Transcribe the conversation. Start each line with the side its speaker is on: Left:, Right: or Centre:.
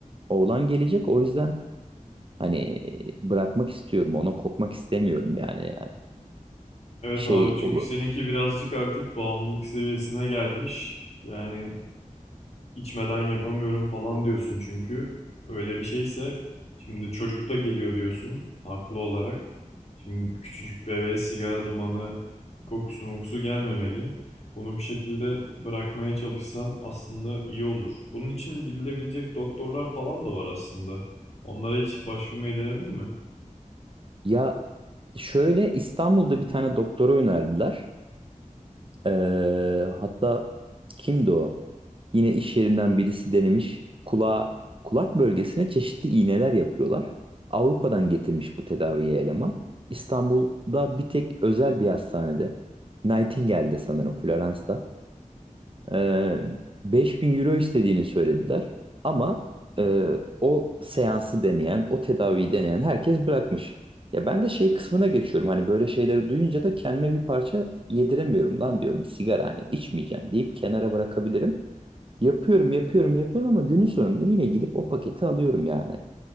Right: oğlan gelecek. O yüzden hani bırakmak istiyorum. Ona kopmak istemiyorum yani. Yani
Left: Evet
Right: şey
Left: abi çünkü
Right: olur.
Left: seninki
Right: <laughs>
Left: birazcık artık bağımlılık seviyesine gelmiş. Yani içmeden yapamıyorum falan diyorsun çünkü öyle bir şeyse şimdi çocuk da geliyor diyorsun haklı olarak. Şimdi küçücük bebeğe sigara dumanı kokusu mokusu gelmemeli. Bunu bir şekilde bırakmaya çalışsan aslında iyi olur. Bunun için gidilebilecek doktorlar falan da var aslında. Onlara hiç başvurmayı denedin mi?
Right: Ya şöyle İstanbul'da bir tane doktora önerdiler. Ee, hatta kimdi o? Yine iş yerinden birisi denemiş. Kulağa, kulak bölgesine çeşitli iğneler yapıyorlar. Avrupa'dan getirmiş bu tedaviye eleman. İstanbul'da bir tek özel bir hastanede. Nightingale'de sanırım, Florence'da. Ee, bin euro istediğini söylediler. Ama e, o seansı deneyen, o tedaviyi deneyen herkes bırakmış. Ya ben de şey kısmına geçiyorum. Hani böyle şeyleri duyunca da kendime bir parça yediremiyorum lan diyorum. Sigara hani içmeyeceğim deyip kenara bırakabilirim. Yapıyorum, yapıyorum, yapıyorum ama günün sonunda yine gidip o paketi alıyorum yani.